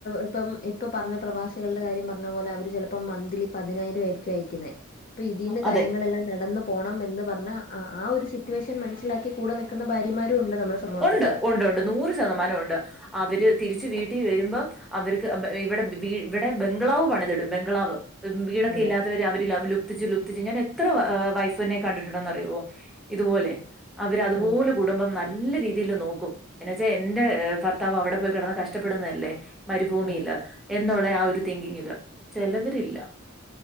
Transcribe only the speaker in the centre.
അതെ.
ഉണ്ട് ഉണ്ട് ഉണ്ട് നൂറ് ശതമാനം ഉണ്ട് അവര് തിരിച്ച് വീട്ടിൽ വരുമ്പം അവർക്ക് ഇവിടെ ഇവിടെ ബംഗ്ലാവ് പണിതിടും ബംഗ്ലാവ് വീടൊക്കെ
ഇല്ലാത്ത അവര് ലുപ്തിച്ചു ലുപ്തിച്ച് ഞാൻ എത്ര വൈഫിനെ കണ്ടിട്ടുണ്ടന്ന് അറിയുമോ ഇതുപോലെ അവര് അതുപോലെ
കുടുംബം നല്ല രീതിയിൽ നോക്കും എന്ന വെച്ചാ എന്റെ ഭർത്താവ് അവിടെ പോയി കിടന്ന് കഷ്ടപ്പെടുന്നതല്ലേ മരുഭൂമിയില്
എന്നുള്ള ആഹ് ഒരു തിങ്കിങ്ങില് ചിലവരില്ല